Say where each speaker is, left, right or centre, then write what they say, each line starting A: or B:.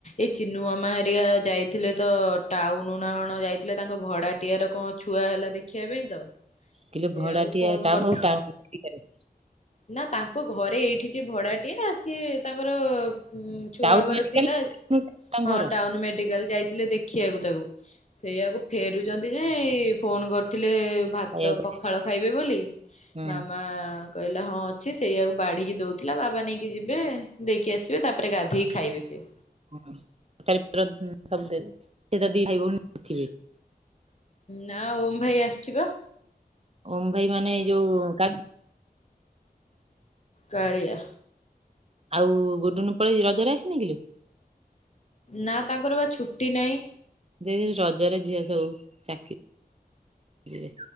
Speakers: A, on the left; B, on the right.
A: ଏଇ ଚିନୁ ମାମା ହରିକା ଯାଇଥିଲେତ ଟାଉନନା କଣ ଯାଇଥିଲେ ତାଙ୍କ ଭଡ଼ାଟିଆର କଁ ଛୁଆ ହେଲା ଦେଖିବା ପାଇଁତ
B: କିଲୋ
A: ସେଇଆକୁ
B: ଭଡାଟିଆ
A: ଫୋନ୍
B: ଟାଉନ
A: କରିଥିଲେ
B: ଟାଉନ ମେଡିକାଲ
A: ନା ତାଙ୍କ ଘରେ ଏଇଠିଯେ ଭଡ଼ାଟିଏ ସିଏ ତାଙ୍କର ଛୁଆ
B: ଟାଉନ
A: ହବାର
B: ମେଡିକାଲ
A: ଥିଲା
B: ତାଙ୍କ
A: ହଁ
B: ଘର
A: ଟାଉନ୍ ମେଡିକାଲ୍ ଯାଇଥିଲେଖ ଦେ ଦେଖିଆକୁ ତାକୁ ସେଇଆକୁ ଫେରୁଚନ୍ତିଯେ ଫୋନ୍ କରିଥିଲେ ଭାତ
B: କହିବାକୁ ଗଲେ
A: ପଖାଳ ଖାଇବେ ବୋଲି
B: ହୁଁ
A: ମାମା କହିଲା ହଁ ଅଛି ସେଇଆକୁ ବାଢ଼ିକି ଦେଉଥିଲା ବାବା ନେଇକି ଯିବେ ଦେଇକି ଆସିବେ ତାପରେ ଗାଧୋଇକି ଖାଇବେ ସିଏ।
B: ହଁ ତାରି ସବୁ <unintelligible> ସେତ ଦି ଭାଇ ଭୋଉଣୀ ନଥିବେ?
A: ନା ଓମ୍ ଭାଇ ଆସିଚିପା।
B: ଓମ୍ ଭାଇ ମାନେ ଯୋଉ କା
A: କଳିଆ।
B: ଆଉ ଗୁଡୁନୁ ପଳେଇଚି ରଜରେ ଆସିନି କିଲୋ?
A: ନା ତାଙ୍କରବା ଛୁଟି ନାହିଁ।
B: ଦେଖେନି ରଜରେ ଝିଅ ସବୁ ଚାକି ଥିବେ